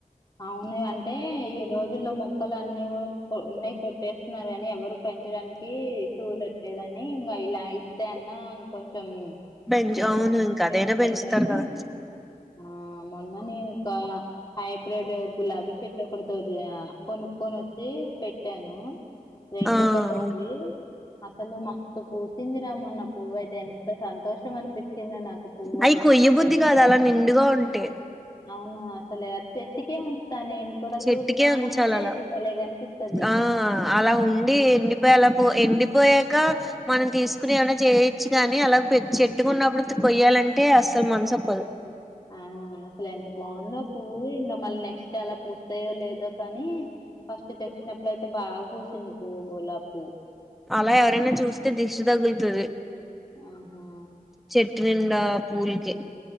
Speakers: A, on the left (about 25°); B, in the centre.
A: అవును అంటే ఈ రోజుల్లో మొక్కలు అన్ని ఉన్నయి కొట్టేస్తున్నారు కానీ ఎవరు పెంచడానికి చూడట్లేదని ఇంగా ఇలా ఇస్తే అన్నా కొంచం
B: పెంచు
A: సరే
B: అవును ఇంక అదైనా
A: పెంచుతారని
B: పెంచుతారు కదా
A: ఆ మొన్న నేను ఒక హై బ్రెడ్ గులాబీ చెట్టు ఒకటి దొరా కొనుక్కొనొచ్చి పెట్టాను రెడ్
B: ఆ
A: కలర్దీ
B: అవును
A: అస్సలు మం పూసింది రా మొన్న పువ్వైతే ఎంత సంతోషం అనిపించిందో నాకు పువ్వు
B: అయి
A: అది
B: కొయ్యబుద్ధి
A: పూస్తే
B: కాదు అలా నిండుగా ఉంటే
A: ఔను అస్సలు ఆ చెట్టుకే ఉంచుతా నేను కూడా
B: చెట్టుకే
A: చూస్తా
B: ఉంచాలి
A: ఉంటే
B: అలా
A: భలే కనిపిస్తది
B: ఆ అలా ఉండి ఎండిపోయేలో పు ఎండిపోయాక మనం తీసుకుని ఎమన్నా చేయొచ్చు కానీ అలా చెట్టుకున్నప్పుడు కొయ్యాలంటే అసలు మనస్సొపదు
A: ఆ అస్సలెంత బాగుందో పువ్వు ఇంకా మళ్ళీ నెక్స్ట్ అలా పూస్తాయో లేదో కానీ ఫస్ట్ తెచ్చినప్పుడైతే బాగా పూసింది పూవ్వు గులాబ్పువ్వు
B: అలా ఎవరైనా చూస్తే దిష్టి తగుల్తదీ
A: ఆహా
B: చెట్టు నిండా పూల్కే